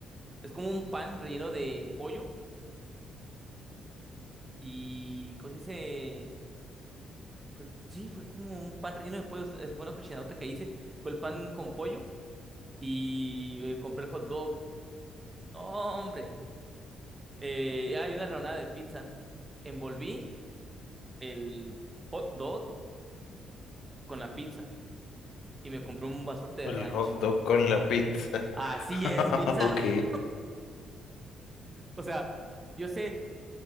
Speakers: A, on the right (about 25°); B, on the left (about 75°).
A: es como un pan relleno de pollo y, ¿cómo se dice? Fue, sí, fue como un pan relleno de pollo. Es- Fue una cochinadota que hice. Fue el pan con pollo y eh, compré el hot dog. No, hombre. Eh, hay una rebanada de pizza. Envolví el hot dog con la pizza y me compré un vasote de ranch.
B: El hot dog con la pizza.
A: Así
B: <laughs>
A: es, misa.
B: Ok.
A: <laughs> O sea, yo sé,